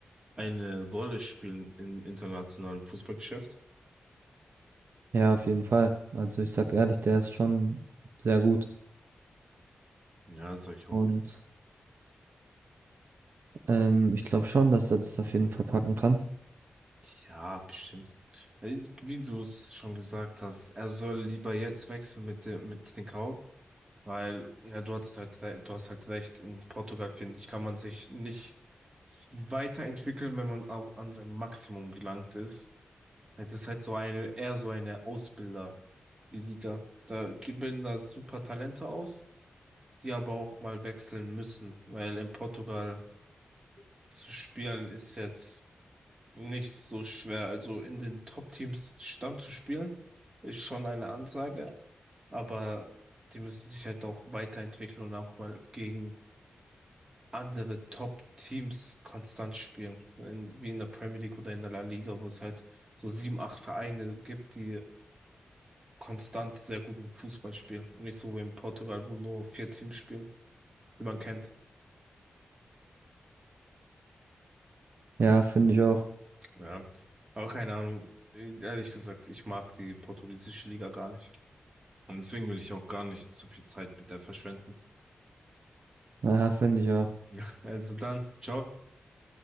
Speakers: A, on the right; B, on the right.
A: eine Rolle spielen im internationalen Fußballgeschäft?
B: Ja, auf jeden Fall. Also ich sag ehrlich, der ist schon sehr gut.
A: Ja, sag ich auch.
B: Und ähm, ich glaube schon, dass er das auf jeden Fall packen kann.
A: Ja, bestimmt. Weil, Wie du es schon gesagt hast, er soll lieber jetzt wechseln mit dem, mit Trincao. Weil, ja, du hattest halt, re- du hast halt recht, in Portugal, finde ich, kann man sich nicht weiterentwickeln, wenn man au- an sein Maximum gelangt ist. Es ist halt so eine, eher so eine Ausbilderliga. Da, die bilden da super Talente aus, die aber auch mal wechseln müssen, weil in Portugal zu spielen ist jetzt nicht so schwer. Also in den Top-Teams Stamm zu spielen, ist schon eine Ansage, aber die müssen sich halt auch weiterentwickeln und auch mal gegen andere Top-Teams konstant spielen. In, wie in der Premier League oder in der La Liga, wo es halt so sieben, acht Vereine gibt, die konstant sehr guten Fußball spielen. Und nicht so wie in Portugal, wo nur vier Teams spielen, die man kennt.
B: Ja, finde ich auch.
A: Ja. Aber keine Ahnung. Ehrlich gesagt, ich mag die portugiesische Liga gar nicht. Und deswegen will ich auch gar nicht zu viel Zeit mit der verschwenden. <laughs>
B: Ja, finde ich auch.
A: Ja, also dann, ciao.